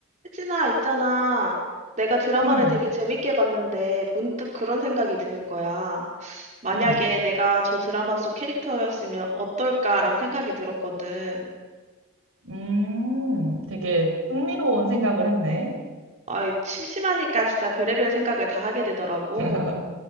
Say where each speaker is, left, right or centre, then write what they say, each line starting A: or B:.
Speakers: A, on the right; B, on the right.
A: 혜진아, 있잖아. 내가 드라마를
B: 응,
A: 되게 재밌게 봤는데 문득 그런 생각이 드는 거야. 만약에
B: 응,
A: 내가 저 드라마 속 캐릭터였으면 어떨까라는 생각이 들었거든.
B: 음, 되게 흥미로운 생각을 했네.
A: 아, 심심하니까 진짜 별의별 생각을 다 하게 되더라고.
B: <laughs>